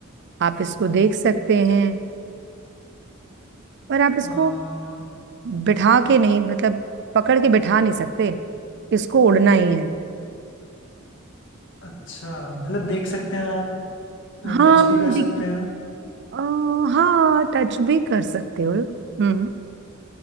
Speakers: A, on the right; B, on the left.
A: आप इसको देख सकते हैं पर आप
B: अ,
A: इसको बिठा के नहीं मतलब पकड़ के बिठा नहीं सकते इसको उड़ना ही है
B: अच्छा मतलब देख सकते हैं आप
A: हाँ
B: टच भी कर
A: दिख
B: सकते हैं
A: आ, हाँ टच भी कर सकते हो हम्म